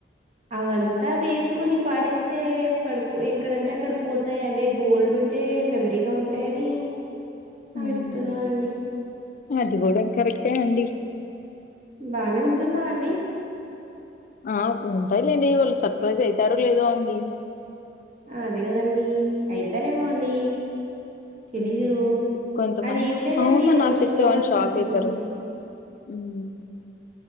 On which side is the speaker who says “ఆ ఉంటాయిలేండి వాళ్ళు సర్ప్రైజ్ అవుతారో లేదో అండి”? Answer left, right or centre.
Left